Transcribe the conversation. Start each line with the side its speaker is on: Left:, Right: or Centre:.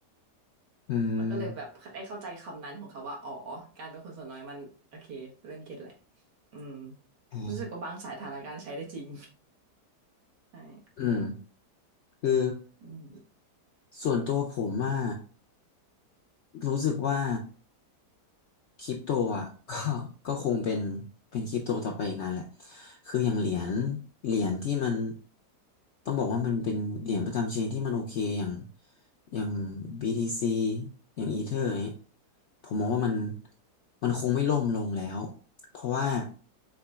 Left: อืม
Right: แล้วก็เลยแบบได้เข้าใจคำนั้นของเขาว่าอ๋อการเป็นคนส่วนน้อยมันโอเคเริ่มเก็ตแหละอืม
Left: อ่า
Right: รู้สึกว่าบางสายฐานการณ์ใช้ได้จริง <laughs> ใช่
Left: อืมคือ
Right: อืม
Left: ส่วนตัวผมอะรู้สึกว่า คริปโตอ่ะ <laughs> ก็ก็คงเป็นเป็นคริปโตต่อไปอีกนานแหละคืออย่างเหรียญเหรียญที่มันต้องบอกว่ามันเป็นเหรียญประจำเชนที่มันโอเคอย่างอย่าง BTC อย่างอีเธอร์อะไรเงี้ยผมมองว่ามันมันคงไม่ล่มลงแล้ว เพราะว่า